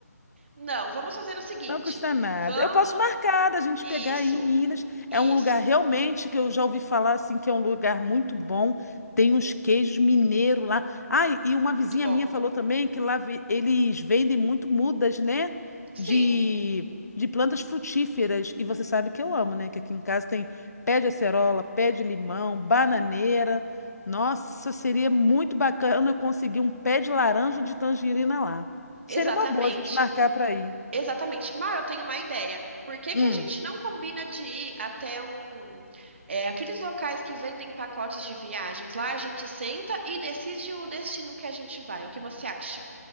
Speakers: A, on the right (about 45°); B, on the left (about 70°).
A: Não, vamos fazer o seguinte.
B: Não custa nada.
A: Vamos.
B: Eu posso marcar da gente
A: Isso,
B: pegar aí em Minas.
A: isso.
B: É um lugar realmente que eu já ouvi falar assim que é um lugar muito bom. Tem uns queijos mineiros lá. Ah, e e uma vizinha
A: Muito bom.
B: minha falou também que lá ve- eles vendem muito mudas, né?
A: Sim,
B: De, de plantas frutíferas. E você sabe que eu amo, né? Que aqui em casa tem pé de acerola, pé de limão, bananeira. Nossa, seria muito bacana eu conseguir um pé de laranja de tangerina lá. Seria
A: exatamente.
B: uma boa a gente marcar para ir.
A: Exatamente. Mar, eu tenho uma ideia. Por que
B: Hum.
A: que a gente não combina de ir até um, é, aqueles locais que vendem pacotes de viagens? Lá a gente senta e decide o destino que a gente vai. O que você acha?